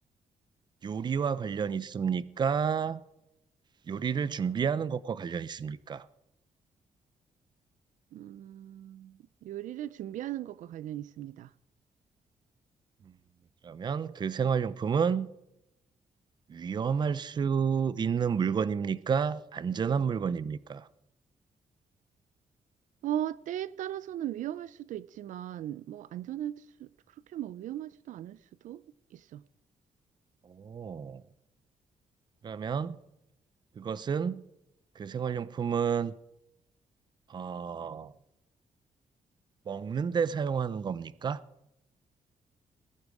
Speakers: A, on the right (about 35°); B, on the right (about 80°).
A: 요리와 관련이 있습니까? 요리를 준비하는 것과 관련이 있습니까?
B: 음, 요리를 준비하는 것과 관련이 있습니다.
A: 음, 그러면 그 생활용품은 위험할 수 있는 물건입니까? 안전한 물건입니까?
B: 어, 때에 따라서는 위험할 수도 있지만, 뭐, 안전할 수, 그렇게 뭐 위험하지도 않을 수도 있어.
A: 오, 그러면 그것은 그 생활용품은 어, 먹는 데 사용하는 겁니까?